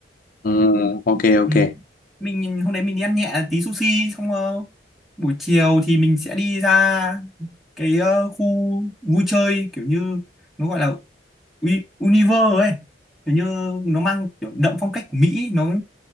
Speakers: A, on the left (about 50°); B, in the centre.
A: ừ, ok ok
B: Ừ. Mình nhìn- hôm đấy mình đi ăn nhẹ tí sushi xong ờ, buổi chiều thì mình sẽ đi ra cái ờ, khu vui chơi kiểu như nó gọi là Uni- Universe ấy kiểu như nó mang kiểu đậm phong cách của Mỹ nó